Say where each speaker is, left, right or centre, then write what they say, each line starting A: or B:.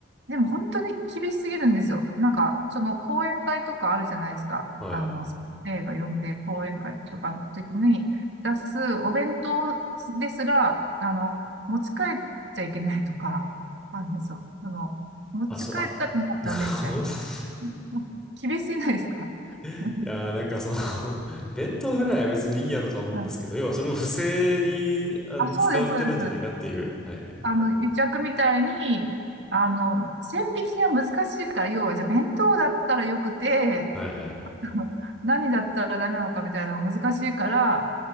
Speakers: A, on the right; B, in the centre.
A: でも本当に厳しすぎるんですよ。なんか、その講演会とかあるじゃないですか。
B: はい。
A: あの、映画読んで講演会とかの時に出すお弁当ですら、あの、持ち帰っちゃいけないとか、あるんですよ。あの、持ち帰ったらもうダメみたいな。
B: あ、そう、あ、なるほど。<laughs>
A: もう厳しすぎないですか
B: いやー、
A: <laughs>
B: なんかその <laughs> 弁当ぐらいは別にいいやろとは思うんですけど、
A: はい
B: 要はそれを不正にあの使ってるんじゃないかっていう。
A: あ、そうです、そうです。
B: はいはい。
A: あの、癒着みたいに、あの、線引きが難しいから、要は、じゃあ弁当だったらよくて、
B: はいはいはい。
A: <laughs> 何だったらダメなのかみたいなのが難しいから、